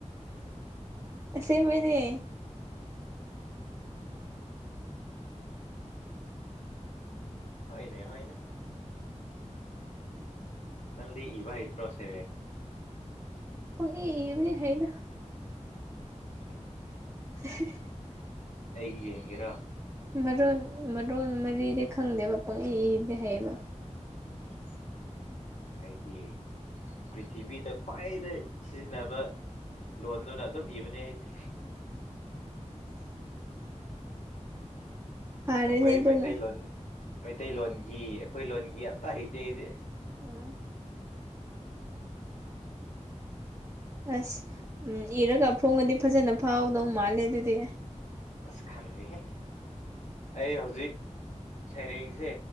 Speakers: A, on the right; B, on the left.
A: ꯁꯤꯃꯤꯅꯦ
B: ꯍꯅꯦ ꯍꯅꯦ ꯅꯪꯗꯤ ꯏꯕ ꯏꯇꯣꯁꯦ
A: ꯄ ꯍ ꯏꯕꯤ ꯍꯥꯏꯅ
B: ꯑꯦ
A: <unintelligible>
B: ꯑꯩꯒꯤ ꯌꯦꯡꯒꯦꯔꯣ
A: ꯃꯔꯣꯟ ꯃꯔꯣꯟ ꯃꯔꯤꯗꯤ ꯈꯪꯗꯦꯕ ꯄꯪꯏ ꯏꯕ ꯍꯥꯏꯩꯌꯦꯕ
B: ꯑꯁ ꯑꯩꯗꯤ ꯄ꯭ꯔꯤꯊꯤꯕꯤꯗ ꯈ꯭ꯋꯥꯏꯗ ꯁꯤꯖꯤꯟꯅꯕ ꯂꯣꯟꯗꯨꯅ ꯑꯗꯨꯝ ꯏꯕꯅꯦ ꯑꯩꯗꯤ
A: ꯐꯔꯦꯅꯦ
B: ꯑꯩꯈꯣꯏ
A: ꯑꯗꯨꯅ
B: ꯃꯩꯇꯩꯂꯣꯟ ꯃꯩꯇꯩꯂꯣꯟꯒꯤ ꯑꯩꯈꯣꯏ ꯂꯣꯟꯒꯤ ꯑꯇ ꯍꯩꯇꯦ ꯑꯩꯗꯤ
A: ꯑꯣ ꯑꯁ ꯎꯝ ꯏꯔꯒ ꯐꯣꯡꯉꯗꯤ ꯐꯖꯅ ꯐꯥꯎꯗꯧ ꯃꯥꯜꯂꯦ ꯑꯗꯨꯗꯤ
B: ꯑꯁ ꯈꯪꯗꯦꯍꯦ ꯑꯩ ꯍꯧꯖꯤꯛ ꯁꯩꯔꯦꯡꯁꯦ